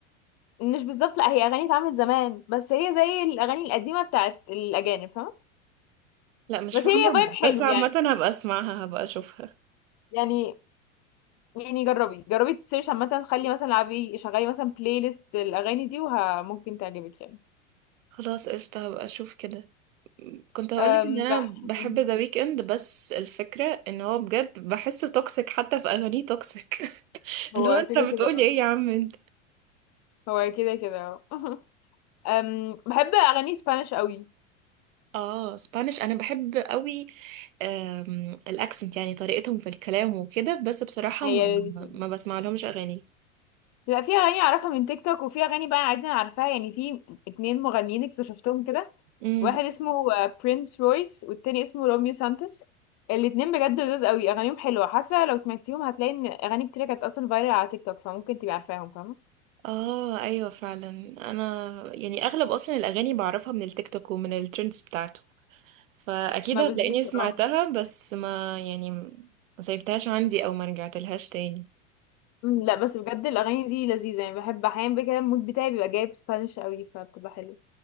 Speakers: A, on the left (about 45°); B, on the right (about 80°).
A: مش بالظبط لا هي اغاني اتعملت زمان بس هي زي الاغاني القديمه بتاعت الاجانب فاهمه
B: لا مش
A: بس
B: فاهمه
A: هي ليها فايب حلو
B: بس عامه
A: يعني
B: هبقى اسمعها هبقى اشوفها
A: يعني يعني جربي جربي تسيرش عامه خلي مثلا العبي شغلي مثلا بلاي ليست الاغاني دي وممكن تعجبك يعني
B: خلاص قشطه هبقى اشوف كده كنت هقولك
A: أم
B: ان انا
A: بح...
B: بحب
A: أم،
B: ذا ويكند بس الفكره ان هو بجد بحسه توكسيك حتى في اغانيه توكسيك <laughs>
A: هو
B: اللي هو انت
A: كده
B: بتقولي
A: كده
B: ايه يا عم
A: هو كده كده <laughs> أم، بحب اغاني سبانيش قوي
B: اه سبانيش انا بحب قوي آم، الاكسنت يعني طريقتهم في الكلام وكده بس بصراحة
A: هي
B: ما,
A: لذيذه
B: ما بسمع لهمش اغاني
A: بيبقى فيها اغاني اعرفها من تيك توك وفي اغاني بقى عادي انا عارفاها يعني في اتنين مغنيين اكتشفتهم كده
B: امم
A: واحد اسمه برينس رويس والتاني اسمه روميو سانتوس الاتنين بجد لذاذ قوي اغانيهم حلوه حاسه لو سمعتيهم هتلاقي ان اغاني كتير كانت اصلا فايرال على تيك توك فممكن تبقي عارفاهم فاهمه
B: اه ايوه فعلا انا يعني اغلب اصلا الاغاني بعرفها من التيك توك ومن الترندز بتاعته فاكيد
A: ما
B: هتلاقيني
A: بالظبط
B: سمعتها
A: بقى
B: بس ما يعني ما سيفتهاش عندي او ما رجعتلهاش تاني
A: أمم، لا بس بجد الاغاني دي لذيذه يعني بحب احيانا بقى كده المود بتاعي بيبقى جايب سبانش قوي فبتبقى حلوه